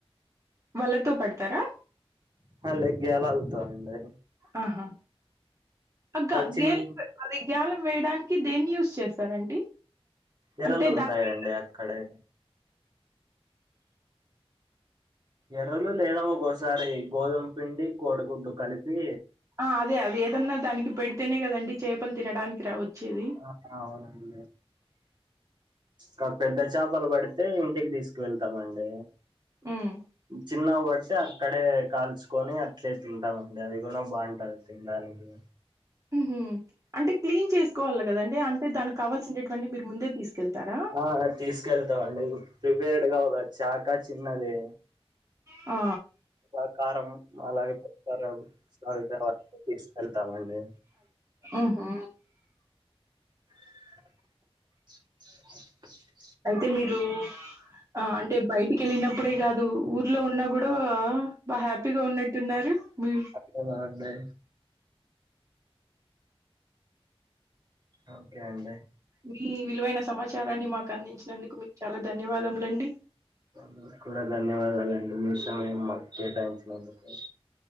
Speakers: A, on the right (about 30°); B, on the right (about 45°).
A: వలతో పడతారా
B: హా లే గేలాల్తో అండి
A: ఆహా అగ్గ
B: చిన్
A: గేలుకు పె అది గాలం వేయడానికి దేన్ని యూస్ చేస్తారండి
B: ఎరలు
A: అంటే
B: ఉంటాయండి
A: దానికి
B: అక్కడే ఎరలు లేదా ఒక్కోసారి గోధుమ పిండి కోడిగుడ్డు కలిపి
A: ఆ అదే అవి ఏదన్నా దానికి పెడితేనే కదండి చేపలు తినడానికి రా ఒచ్చేది
B: <unintelligible> అవునండి కా పెద్ద చాపలు పడితే ఇంటికి తీసుకువెళ్తామండి
A: హ్మ్.
B: చిన్నవి పడితే అక్కడే కాల్చుకొని అట్లే తింటామండి అవి కూడా బావుంటాది సెన్ దానికి
A: ఊహూ అంటే క్లీన్ చేసుకోవాల కదండి అంటే దానికి కావాల్సిండేటివన్నీ మీరు ముందే తీసుకెళ్తారా
B: ఆ తీసుకెళ్తాం అండి ప్రిపేర్డ్ గా ఒక చాక చిన్నది
A: ఆ
B: ఇంకా కారం అలాగే పెప్పర్ అవి సాల్ట్ అవన్నీ తీసుకెళ్తామండి
A: ఊహూ
B: <unintelligible>
A: అయితే మీరు ఆ అంటే బయటికెళ్ళినప్పుడే గాదు ఊర్లో ఉన్నా గూడా బా హ్యాపీగా ఉన్నట్టున్నారు బి
B: అవునా అండి ఓకే అండి
A: మీ విలువైన సమాచారాన్ని మాకు అందించినందుకు మీకు చాలా ధన్యవాదములండి
B: మీక్కూడా ధన్యవాదాలండి మీ సమయం మాకు కేటాయించినందుకు